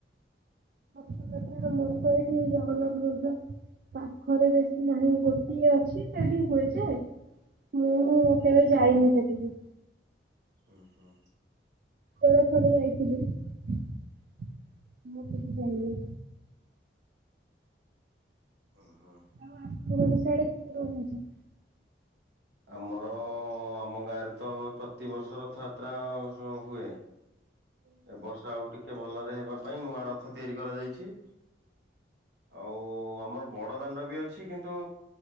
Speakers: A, on the right; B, on the right.
A: <inaudible> ସାର୍ ମୁଁ ତ ଏଇଠି ଯୋଉ ଜଗନ୍ନାଥ ମନ୍ଦିର ପାଖରେ ବେଶୀ ନାହିଁ ଗୋଟିଏ ଅଛି ସେଠିକି ବୁଲିଯାଏ। ମୁଁ କେବେ ଯାଇନି ସେଠିକି।
B: ହୁଁ ହୁଁ।
A: ଏବେ ଥରେ ଯାଇଥିଲି ମୁଁ କେବେ ଯାଇନି।
B: ଓ ହୋ।
A: ଆଉ ଆପଣଙ୍କର ସେ ଆଡେ କେତେ ରଥ ହଉଛି?
B: ଆମର ଆମ ଗାଁ ରେ ତ ପ୍ରତିିବର୍ଷ ରଥଯାତ୍ରା ହଁ ହୁଏ। ଏ ବର୍ଷ ଆଉ ଟିକେ ଭଲରେ ହେବା ପାଇଁ ନୂଆ ରଥ ତିଆରି କରାଯାଇଛି। ଆଉ ଆମର ବଡଦାଣ୍ଡ ବି ଅଛି କିନ୍ତୁ